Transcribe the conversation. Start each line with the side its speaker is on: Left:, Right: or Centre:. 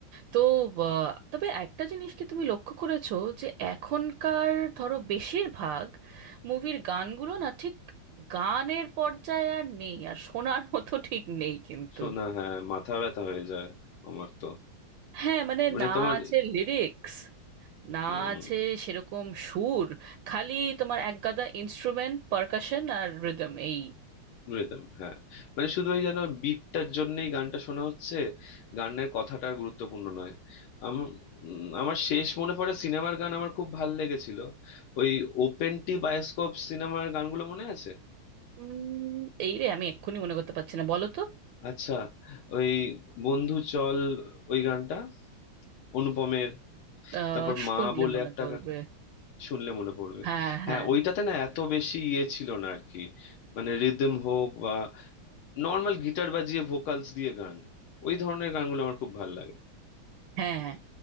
Right: তো আহ, তবে একটা জিনিস কি তুমি লক্ষ্য করেছো যে এখনকার ধরো বেশিরভাগ মুভির গানগুলো না ঠিক গানের পর্যায়ে আর নেই আর শোনার <laughs> মতো ঠিক নেই কিন্তু
Left: শোনা হ্যাঁ মাথা ব্যথা হয়ে যায় আমার তো
Right: হ্যাঁ মানে
Left: মানে
Right: না
Left: তোমার
Right: আছে লিরিক্স না
Left: হুম
Right: আছে সেরকম সুর খালি তোমার একগাদা ইনস্ট্রুমেন্ট পারকাশন আর রিদম এই
Left: রিদম হ্যাঁ মানে শুধু ওই যেন বিটটার জন্যই গানটা শোনা হচ্ছে গানের কথাটা আর গুরুত্বপূর্ণ নয় আমার উম, আমার শেষ মনে পড়ে সিনেমার গান আমার খুব ভাল লেগেছিল ওই ওপেন টি বায়োস্কোপ সিনেমার গানগুলো মনে আছে
Right: উম, এই রে আমি এক্ষুনি মনে করতে পারছি না বলো তো
Left: আচ্ছা ওই বন্ধু চল ওই গানটা অনুপমের
Right: আহ
Left: তারপর
Right: শুনলে
Left: মা বলে
Right: মনে
Left: একটা
Right: পড়বে
Left: শুনলে মনে পড়বে
Right: হ্যাঁ হ্যাঁ
Left: হ্যাঁ ওইটাতে না এত বেশি ইয়ে ছিল না আর কি মানে রিদম হোক বা নর্মাল গিটার বাজিয়ে ভোকালস দিয়ে গান ওই ধরনের গানগুলো আমার খুব ভালো লাগে
Right: হ্যাঁ হ্যাঁ।